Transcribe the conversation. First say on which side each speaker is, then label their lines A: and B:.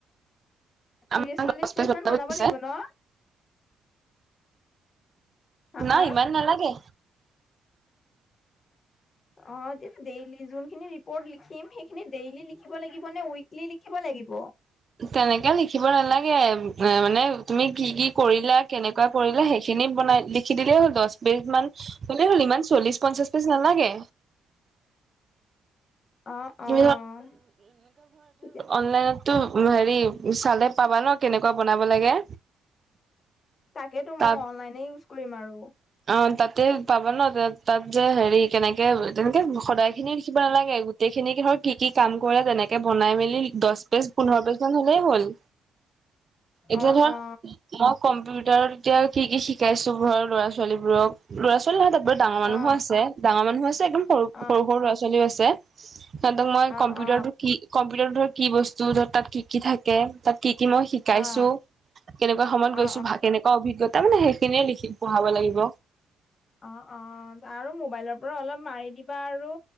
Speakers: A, on the right; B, on the left.
A: আমাক
B: ত্ৰিশ চল্লিশ
A: দহ
B: পেজ মান বনাব
A: দিছে
B: লাগিব ন? হা
A: নাই
B: হা
A: ইমান নালাগে।
B: অ <unintelligible> যোনখিন ৰিপৰট লিখিম সেইখিন ডেইলি লিখ লাগিব নে উইলি লিখ লাগ <inaudible>
A: তেনেকে লিকিব নালাগে, এ মানে তুমি কি কি কৰিলা কেনেকুৱা কৰিলা সেইখিনি বনাই লিখি দিলেই হ'ল, দহ-বিজ মান হ'লেই হ'ল, ইমান চল্লিশ-পঞ্চাশ পেজ নালাগে।
B: অ',
A: <unintelligible>
B: অ', তেতিয়া-
A: অনলাইনতো হেৰি চালে পাবা ন কেনেকুৱা বনাব লাগে।
B: তাকেতো
A: তাত
B: মই অনলাইনে ইউজ কৰিম আৰু।
A: অ তকেই পাবা ন তাত যে হেৰি কেনেকে তেনেকে সদায় খিনিও লিখিব নালাগে, গোটেই খিনিৰ কি কি কি কাম কৰা যেনেকে বনাই মেলি দহ পেজ পোন্ধৰ পেজ মান হলেই হ'ল। এতিয়া
B: অ
A: ধৰা
B: অ
A: মই কম্পিউ তেতিয়া কি কি শিকাইছো ঘৰৰ ল'ৰা ছোৱালীবোৰক, ল'ৰা ছোৱালী নহয় ত বত, ডাঙৰ মানুহো
B: অ
A: আছে ডাঙৰ মানুহো আছে একদম সৰু
B: অ
A: সৰু, সৰু ল'ৰা ছোৱালীও আছে। সিহঁতক মই
B: অ
A: কম্পিউটাৰটো
B: অ
A: কি কম্পিউটাৰ ধৰ, কি বস্তু ধৰ, তাত কি কি থাকে তাত। কি কি মই শিকাইছো
B: অ অ
A: কেনেকুৱা সময়ত
B: অ
A: গৈছো ভ, কেনেকুৱা অভিজ্ঞতা। তাৰমানে সেইখিনিয়ে লিখি পঢ়াব লাগিব।
B: অ, অ, আৰু মোবাইলৰ পৰা অলপ মাৰি দিবা আৰু।